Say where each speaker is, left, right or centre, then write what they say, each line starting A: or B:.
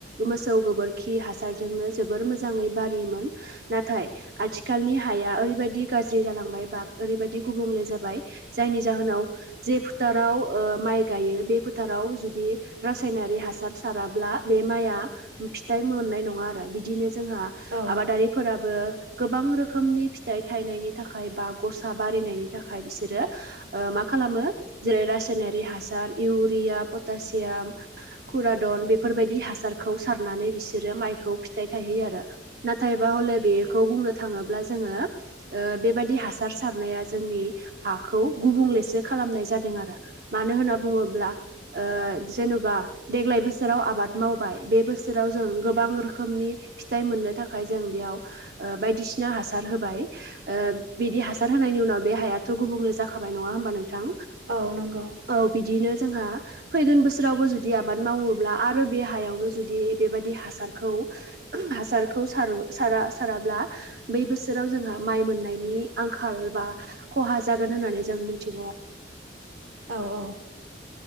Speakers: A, on the right (about 55°); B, on the right (about 80°).
A: मोसौ गोबोरखि हासार नो जोबोर मोजाङै बारियोमोन नाथाय आथिखालनि हाया ओरैबायदि गाज्रि जालांबाय बा ओरैबायदि गुबुंले जाबाय जायनि जाहोनाव जे फोथाराव माइ गायो बे फो फोथाराव जुदि रासायनारि हासार साराब्ला बे माइआ फिथाइ मोननाय नङा आरो बिदिनो जोंहा
B: नङा
A: आबादारिफोराबो
B: आरो बिदिनो जोंहा
A: गोबां रोखोमनि फिथाइ थाइनायनि थाखाय बा गसा बारिनायनि थाखाय बिसोरो मा खालामो जेरै रासायनारि हासार इउरिया पटासियाम खुरादन बेफोरबायदि हासार मतखौ सारनानै बिसोरो माइखौ फि आरो नाथायबा हले बेखौ बुंनो थाङोबा जोङो बेबादि हासार हासार सारनाया जोंनि हाखौ गुबुंलेसो खालामनाय जादों आरो मानो होनना बुङोब्ला जेन'बा देग्लाय बोसोराव आबाद मावबाय बे बोसोराव जों गोबां रोखोमनि फिथाइ मोननो थाखाय जों बेयाव बायदिसिना बिना हासार होबाय बिदि हासार होनायनि उनाव बे हायाथ' गुबुंल जाखाबाय नङा होमबा नोंथां?
B: औ नंगौ।
A: औ बिदिनो जोंहा फैगोन बोसोरावबो जुदि आबाद मावोब्ला आरो दे हायावनो जुदि बेबायदि हासारखौ हासारखौ सारो साराब्ला बै बोसोराव जोंहा माइ मोननायनि आंखाल बा खहा जागोन होननानै जों मिथिगौ
B: औ औ